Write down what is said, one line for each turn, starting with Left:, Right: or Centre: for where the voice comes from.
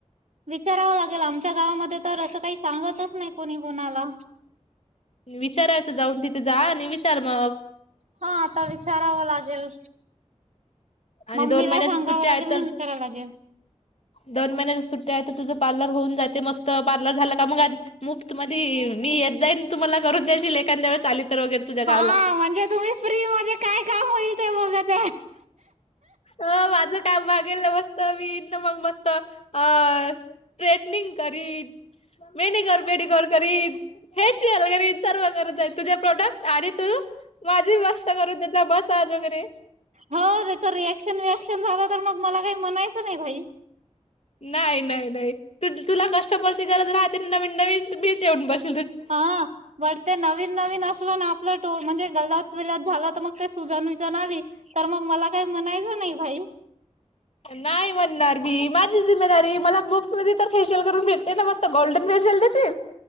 Right: विचाराव लागेल आमच्या गावामध्ये तर अस. काही सांगतच नाही कोणी कोणाला.
Left: विचारायचं जाऊन तिथे. जा आणि विचार मग
Right: हा आता विचारावं लागेल.
Left: आणि
Right: मम्मीला
Left: दोन महिन्याच्या
Right: सांगावं
Left: सुट्ट्या
Right: लागेल
Left: आहेत तर
Right: ना विचारावं लागेल.
Left: दोन महिन्याच्या सुट्ट्या तुझं पार्लर होऊन जाते मस्त पार्लर झाला का मग मुफ मध्ये मी. जाईन तुम्हाला करून देतील एखाद्या वेळेस. आली तर वगैरे तुझ्या गावला.
Right: हा म्हणजे तुम्ही फ्री मध्ये काय काम होईल ते बघत.
Left: अ माझ काम भागेल मस्त मी ना मग मस्त अ. स्ट्रेटनिंग करीन. मॅनिक्युअर पेडिक्युअर करीन, फेशीयल करीन सर्व करत जाईन तुझे प्रोडक्ट आहे तू. माझी व्यवस्था करू त्याचा बसाज वगैरे.
Right: हो त्याच रिएक्शन विएक्शन झालं तर मग मला काही म्हणायचं नाही भाई.
Left: नाही नाही नाही त तुला कस्टमरची गरज राहते नवीन नवीन बीच येऊन बस.
Right: हा वरते नवीन नवीन अस. ना आपलं ट म्हणजे गलात विलात झाला तर मग ते सुजान विजान आली. तर मग मला काही म्हणायचं नाही भाई
Left: नाही म्हणणार मी माझी जिमेदारी मला बक्स मध्ये तर खे भेते ना मस्त गोल्डन फेशल त्या